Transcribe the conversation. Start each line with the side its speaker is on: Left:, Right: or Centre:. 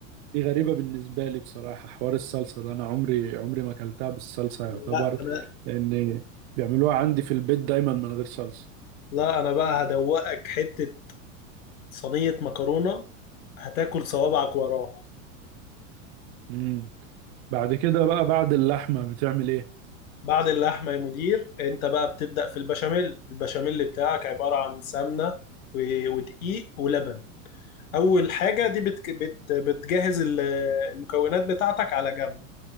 Right: دي غريبه بالنسبه لي بصراحه حوار الصلصه ده انا عمري عمري ما اكلتها بالصلصه يعتبر
Left: لا انا
Right: لان بيعملوها عندي في البيت دايما من غير صلصه
Left: لا انا بقى هدوقك حتة صينية مكرونة هتاكل صوابعك وراها
Right: امم بعد كده بقى بعد اللحمه بتعمل ايه
Left: بعد اللحمة يا مدير انت بقى بتبدأ في البشاميل البشاميل بتاعك عبارة عن سمنة و- ودقيق ولبن اول حاجة دي بت بت بتجهز ال- المكونات بتاعتك على جنب